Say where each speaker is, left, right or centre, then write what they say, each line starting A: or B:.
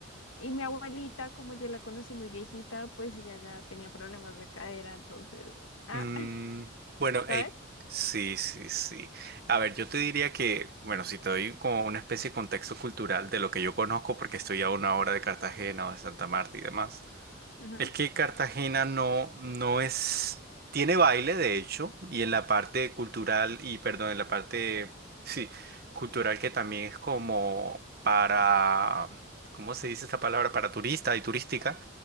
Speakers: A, on the left; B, on the right.
A: Y mi abuelita, como yo la conocí muy viejita, pues ella ya tenía problemas de cadera, entonces, ah,
B: Mm,
A: <laughs>
B: bueno,
A: ¿sabes?
B: eh, sí, sí, sí. A ver, yo te diría que, bueno, si te doy como una especie de contexto cultural de lo que yo conozco, porque estoy a una hora de Cartagena o de Santa Marta y demás,
A: Ajá,
B: es que Cartagena no, no es, tiene baile de hecho, y en la parte cultural, y perdón, en la parte, sí, cultural que también es como para, ¿cómo se dice esta palabra? Para turista y turística,